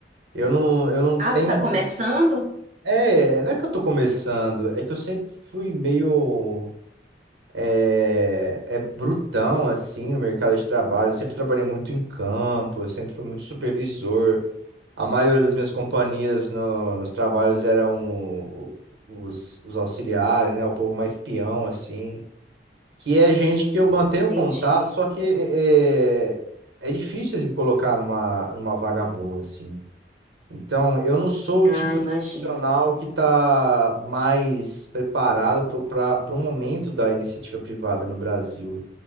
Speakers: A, on the right; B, on the right.
A: Eu não, eu não tenho.
B: Ah, tu tá começando?
A: É, não é que eu tô começando, é que eu sempre fui meio. É, é brutão assim no mercado de trabalho. Eu sempre trabalhei muito em campo, eu sempre fui muito supervisor. A maioria das minhas companhias no- nos trabalhos eram os, os auxiliares, né? O povo mais peão, assim. Que é gente
B: Hum,
A: que eu mantenho
B: entendi.
A: contato, só que é, é difícil eles me colocar numa, numa vaga boa, assim. Então, eu não sou
B: Ah,
A: o tipo
B: imagino.
A: de profissional que está mais preparado para o momento da iniciativa privada no Brasil,